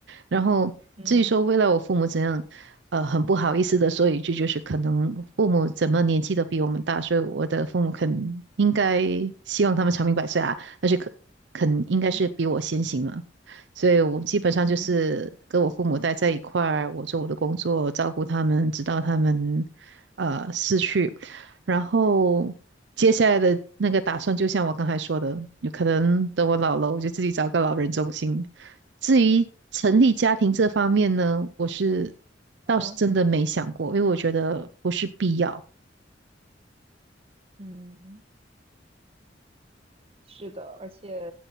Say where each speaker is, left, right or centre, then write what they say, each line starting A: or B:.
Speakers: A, on the right; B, on the right.
A: 然后至于说未来我父母怎样，
B: 嗯
A: 呃，很不好意思的说一句，就是可能父母怎么年纪都比我们大，所以我的父母肯应该希望他们长命百岁啊，但是肯肯应该是比我先行了，
B: 嗯
A: 所以我基本上就是跟我父母待在一块儿，
B: 嗯嗯嗯。
A: 我做我的工作，照顾他们，直到他们呃逝去。然后接下来的那个打算，就像我刚才说的，有可能等我老了，我就自己找个老人中心。至于成立家庭这方面呢，我是倒是真的没想过，
B: 嗯
A: 因为我觉得不是必要
B: 嗯嗯是的，而且